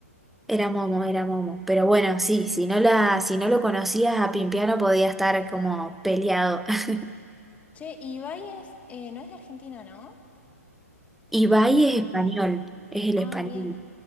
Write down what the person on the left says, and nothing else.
Che, Ibai es, eh, no es de Argentina, ¿no?
¿O sí?
Ah,
bien,